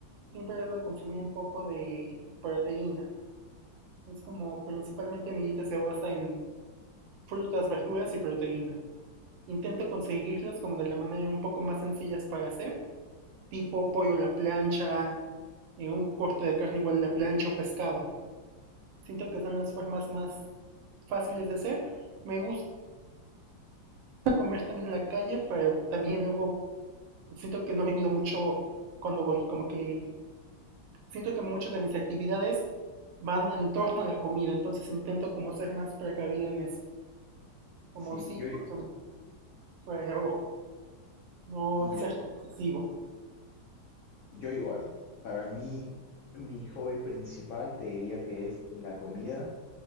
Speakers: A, on the right; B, on the left.
A: siempre debo de consumir un poco de proteína. Es como principalmente mi dieta se basa en frutas, verduras y proteína. Intento conseguirlas como de la manera un poco más sencillas para hacer, tipo pollo a la plancha, eh, un corte de carne igual a la plancha o pescado. Siento que son las formas más fáciles de hacer. Me gusta comer también en la calle, pero también luego siento que no me mido mucho cuando voy, como que siento que muchas de mis actividades van en torno a la comida, entonces intento como ser más precavido en eso, como
B: Sí,
A: sí,
B: yo,
A: por
B: i-
A: pero no
B: ya,
A: ser tan excesivo.
B: yo igual. Para mí, mi hobby principal te diría que es la comida